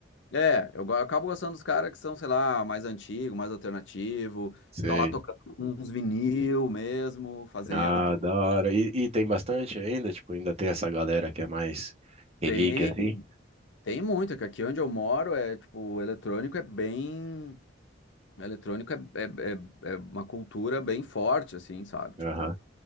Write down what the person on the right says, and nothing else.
Sei.
Ah,
da hora. E, e tem bastante ainda? Tipo, ainda tem essa galera que é mais relíquia,
assim?
Aham.